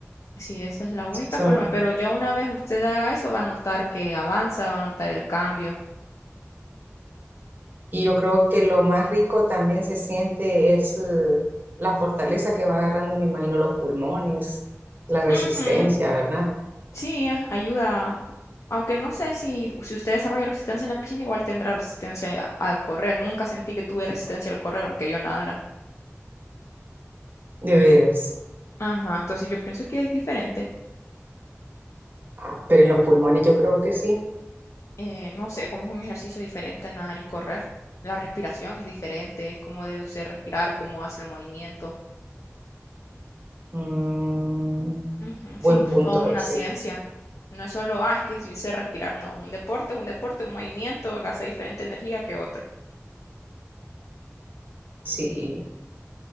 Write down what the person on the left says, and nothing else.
Sí, esa es la única
forma, pero ya una vez usted haga eso, va a notar que avanza, va a notar el cambio.
Ujú,
Sí, a- ayuda. Aunque no sé si, si usted desarrolla resistencia en la piscina, igual tendrá resistencia a- al correr. Nunca sentí que tuve resistencia al correr, aunque yo nadara.
Ajá, entonces yo pienso que es diferente.
Eh, no sé, como es un ejercicio diferente a nadar y correr. La respiración es diferente, es cómo debe usted respirar, cómo hace el movimiento.
Ujú,
Sí, es
toda una
ciencia. No es solo, ah, es que sí sé respirar, no. Un deporte, es un deporte, un movimiento gasta diferente energía que otro.